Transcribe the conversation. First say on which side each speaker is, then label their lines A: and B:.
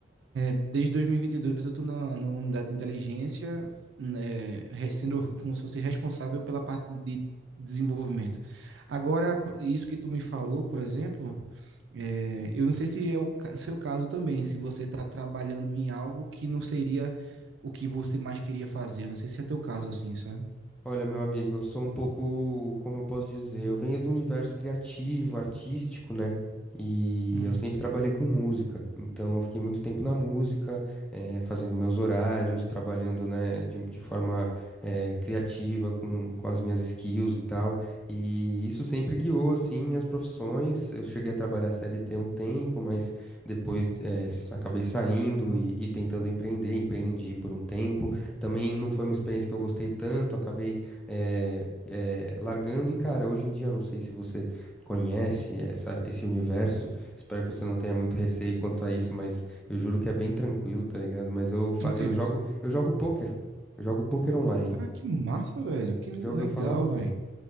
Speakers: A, on the right; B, in the centre.
A: Desde 2022 eu estou na, na unidade de inteligência, né, re- sendo como se fosse responsável pela parte de desenvolvimento. Agora, po- isso que tu me falou, por exemplo, é, eu não sei se é o ca- seu caso também, se você está trabalhando em algo que não seria o que você mais queria fazer. Eu não sei se é teu caso assim, sabe?
B: Olha, meu amigo, eu sou um pouco, como eu posso dizer, eu venho do universo criativo, artístico, né? E
A: Uhum.
B: eu sempre trabalhei com música, então eu fiquei muito tempo na música, eh, fazendo meus horários, trabalhando, né, de, de forma, eh, criativa com, com as minhas skills e tal. E isso sempre guiou, assim, minhas profissões. Eu cheguei a trabalhar CLT um tempo, mas depois, eh, s- acabei saindo e, e tentando empreender, empreendi por um tempo. Também não foi uma experiência que eu gostei tanto, acabei eh, eh, largando. E, cara, hoje em dia, eu não sei se você conhece essa, esse universo,
A: Uhum.
B: espero que você não tenha muito receio quanto a isso, mas eu juro que é bem tranquilo, tá ligado? Mas eu, fa-
A: O quê?
B: eu jogo, eu jogo pôquer, eu jogo pôquer online.
A: Ah, que massa, velho. Que legal,
B: Já ouviu falar?
A: velho.